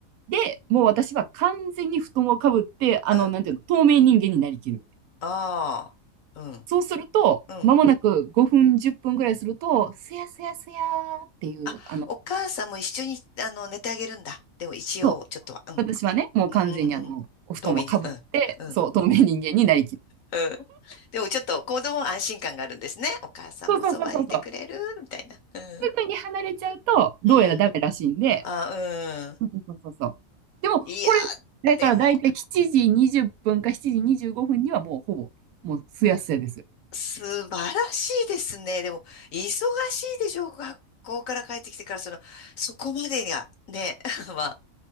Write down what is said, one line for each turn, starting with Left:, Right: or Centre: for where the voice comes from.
Right: み。で、もう私は完全に布団をかぶって、あの、
Left: うん。
Right: なんていうの、透明人間になりきる。
Left: ああ。うん。
Right: そうすると、
Left: うん。
Right: まもなく5分、10分ぐらいすると、すやすやすやーっていう、
Left: あ、
Right: あの、
Left: お母さんも一緒に、あの、寝てあげるんだ。でも一応、
Right: そう、
Left: ちょっとは。うん。
Right: 私はね、もう完全にあの、
Left: うんうんうん。
Right: お布団をかぶって、
Left: 遠目に。うん。うん。
Right: そう、透明人間になりきる。
Left: うん。でもちょっと子供は安心感があるんですね。お母さんもそばにいてくれるみたいな。
Right: そうそうそうそうそう。
Left: うん。
Right: すぐに離れちゃうと、どうやらダメらしいんで。
Left: うん。あ、うん。
Right: そうそうそうそう。でも、
Left: いや、
Right: これ、だから大体7時20分か7時25分にはもうほぼ、
Left: でも、
Right: もうすやすやですよ。
Left: 素晴らしいですね。でも、忙しいでしょう。学校から帰ってきてから、その、そこまでが、ね。<laughs> まあ、